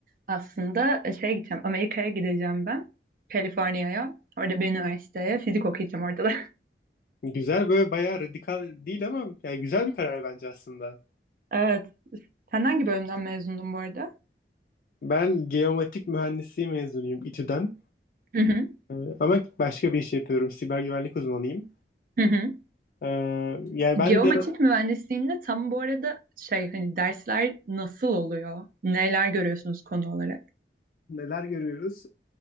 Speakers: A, on the right (about 50°); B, on the left (about 50°).
A: Aslında e, şeye gideceğim Amerika'ya gideceğim ben. Kaliforniya'ya. Orada bir üniversiteye fizik okuyacağım orada da.
B: Güzel böyle bayağı radikal değil ama yani güzel bir karar bence aslında.
A: <laughs> Evet. Sen hangi bölümden mezundun bu arada?
B: Ben geomatik mühendisliği mezunuyum İTÜ'den.
A: Hı hı.
B: Ee, ama başka bir iş yapıyorum. Siber güvenlik uzmanıyım.
A: Hı hı.
B: Ee, yani ben
A: Geomatik
B: de
A: mühendisliğinde tam bu arada şey hani dersler nasıl oluyor? Neler görüyorsunuz konu olarak?
B: neler görüyoruz?